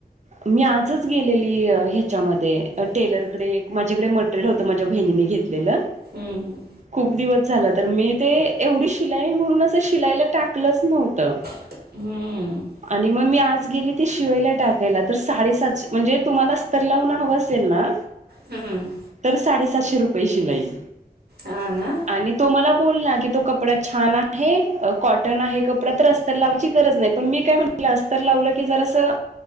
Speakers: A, on the right; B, on the right.
A: मी आजच गेलेली अ ह्याच्यामध्ये.
B: अ,
A: टेलरकडे एक माझ्याकडे मटेरियल होतं माझ्या बहिणीने घेतलेलं.
B: हूंहूं!
A: खूप दिवस झाला तर मी ते एवढी शिलाई म्हणूनच शिलाईला टाकलंच नव्हतं.
B: हूं!
A: आणि म मी आज गेली ते शिवायला टाकायला तर साडेसातशें म्हणजे तुम्हाला अस्तर लावून हवं असेल ना!
B: हम्म
A: तर साडेसातशे रुपये शिलाई
B: हा ना
A: आणि तो मला बोलला की तो कपडा छान आहे कॉटन आहे कपडा तर रअस्तर लावायची गरज नाही. पण मी काय म्हटलं अस्तर लावलं की जरासं.